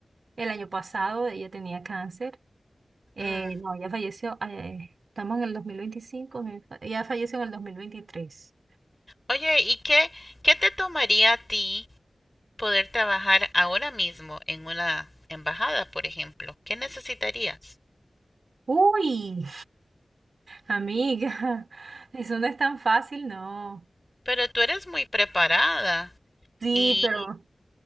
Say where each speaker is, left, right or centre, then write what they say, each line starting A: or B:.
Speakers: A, on the right; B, on the left.
A: el año pasado, ella tenía cáncer. Eh,
B: Mm.
A: no, ella falleció, eh, estamos en el 2025, me- ella falleció en el 2023.
B: Oye, ¿y qué, qué te tomaría a ti poder trabajar ahora mismo en una embajada, por ejemplo? ¿Qué necesitarías?
A: Uy, amiga, <laughs> eso no es tan fácil, no.
B: Pero tú eres muy preparada
A: Sí,
B: y
A: pero,